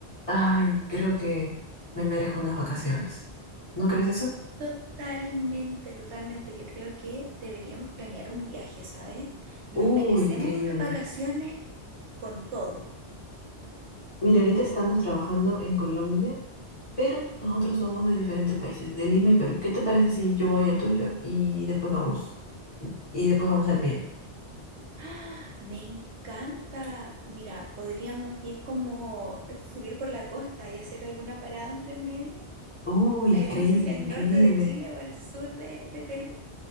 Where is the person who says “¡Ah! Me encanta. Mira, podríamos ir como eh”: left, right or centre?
Right